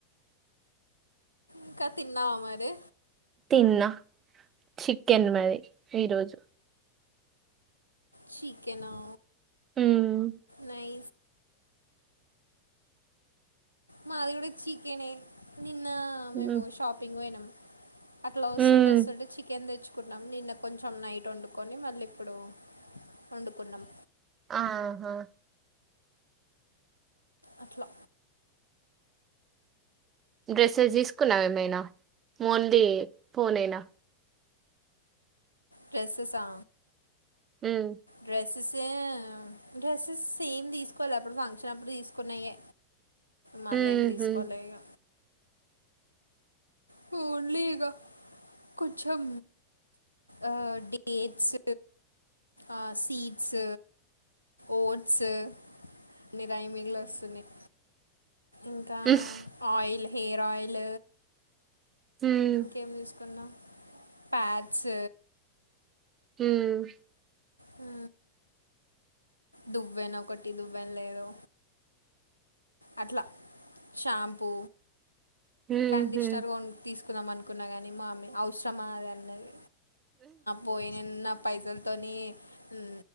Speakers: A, on the left; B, on the right.
A: ఇంకా తిన్నావా మరి
B: తిన్నా చికెన్ మది ఈరోజు
A: చికెను
B: హ్మ్.
A: నై మాది గూడ చికెనే నిన్న
B: హ్మ్.
A: మేము షాపింగ్ పోయినం అట్ల వస్తుంటే
B: హ్మ్.
A: వస్తుంటే చికెన్ దెచ్చుకున్నాం నిన్న కొంచెం నైట్ వండుకొని మళ్ళీ ఇప్పుడు వండుకున్నాం
B: ఆహా
A: అట్లా
B: డ్రెస్సెస్ తీసుకున్నవ ఏమైనా మోన్లీ ఫోన్ ఏనా
A: డ్రెస్సెసా
B: ఉమ్
A: డ్రెస్సెస్ డ్రెస్సెస్ ఏమ్ తీసుకోలే అప్పుడు ఫంక్షన్ అప్పుడు తీసుకున్నయే మళ్ళ
B: హుహు.
A: ఏం దీసుకోలే ఇగ పోన్లే ఇగ కొంచెం ఆ డేట్స్ ఆ సీడ్స్ ఓట్స్ అన్ని రైమింగ్ లో వస్తున్నయ్ ఇంకా
B: ఉఫ్
A: ఆయిల్ హెయిర్ ఆయిల్
B: ఉమ్
A: ఇంకేం తీసుకున్నా ప్యాడ్స్
B: ఉమ్
A: ఆ దువ్వెన ఒకటి దువ్వెన లేదు అట్లా షాంపూ
B: హుహు.
A: కండిషనర్ గొన్ తీసుకుందాం అనుకున్నా కాని మామ్మే అవసరమాది అన్నది పోయినేన్ నా పైసలతోనీ ఉమ్